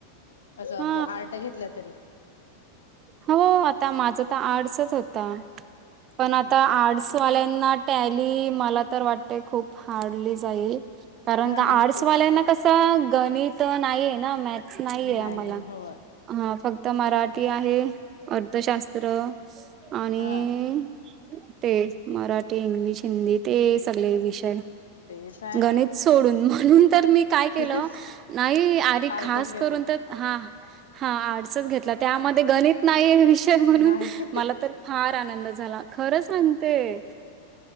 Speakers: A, on the left; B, on the right.
A: असं
B: हा
A: आर्ट घेतलं तरी.
B: हो, आता माझं तर आर्टसच होता, पण
A: हा
B: आता
A: हा ह
B: आर्टस ल्यांना टॅली, मला तर वाटते खूप हार्डली जाईल. कारण
A: हा
B: का
A: हा
B: आर्टस्
A: तेच
B: वाल्यांना कसं गणित नाहीए ना, मॅथस नाहीये
A: नाही
B: आम्हाला
A: होय
B: हा फक्त मराठी ते आहे. अर्थशास्त्र आणि
A: हा
B: ते मराठी, इंग्लिश, हिंदी ते सगळे विषय.
A: तेच आहे
B: गणित सोडून, म्हणून तर मी काय केलं
A: तेच
B: नाही आरे
A: आर्टच
B: खास
A: घेतलं
B: करून तर, हा हा आर्ट्सच घेतला त्यामध्ये गणित नाही वि म्हणून
A: नाही
B: मला तर फार आनंद झाला खरं सांगते!